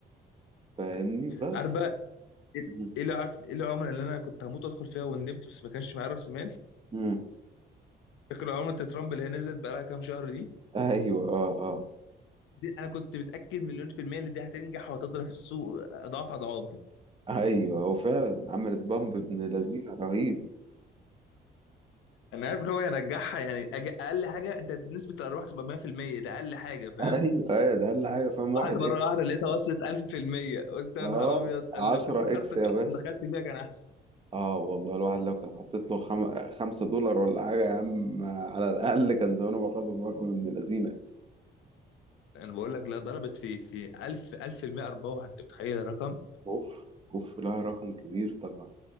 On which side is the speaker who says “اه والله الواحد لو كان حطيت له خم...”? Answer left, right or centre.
Right